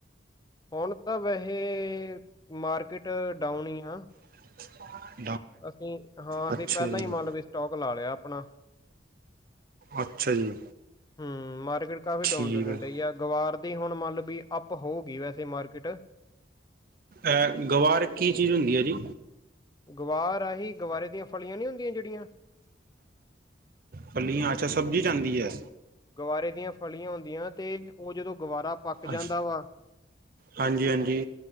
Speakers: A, on the left (about 20°); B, on the right (about 50°).
A: ਹੁਣ ਤਾਂ ਵੈਸੇ ਮਾਰਕੀਟ ਡਾਊਨ ਈ ਹਾਂ
B: <inaudible>
A: ਅਸੀਂ ਹਾਂ ਅਸੀਂ
B: ਅੱਛਾ
A: ਪੈਲਾਂ
B: ਜੀ
A: ਹੀ ਮਤਲਬ ਵੀ ਸਟੋਕ ਲਾ ਲਿਆ ਆਪਣਾ।
B: ਅੱਛਾ ਜੀ।
A: ਹਨ ਮਾਰਕੀਟ ਕਾਫੀ
B: ਠੀਕ
A: ਡੋਂਨ ਚੱਲਣ
B: ਹੈ
A: ਡਈ ਆ ਗਵਾਰ ਦੀ ਹੁਣ ਮੰਲਬ ਵੀ ਅੱਪ ਹੋਗੀ ਵੈਸੇ ਮਾਰਕਿੱਟ
B: ਅ ਗਵਾਰ ਕੀ ਚੀਜ਼ ਹੁੰਦੀ ਆ ਜੀ
A: ਗਵਾਰ ਆਹੀ ਗਵਾਰੇ ਦੀਆਂ ਫਲੀਆਂ ਨੀ ਹੁੰਦੀਆਂ ਜਿਹੜੀਆਂ।
B: ਫੱਲੀਆਂ ਅੱਛਾ ਸਬਜ਼ੀ ਆਂਦੀ ਐ।
A: ਗੁਵਰੇ ਦੀਆਂ ਫਲੀਆਂ ਹੁੰਦੀਆਂ ਤੇ ਓ ਜਦੋਂ ਗੁਵਾਰਾ ਪੱਕ ਜਾਂਦਾ
B: ਅੱਛ
A: ਵਾ
B: ਹਾਂਜੀ ਹਾਂਜੀ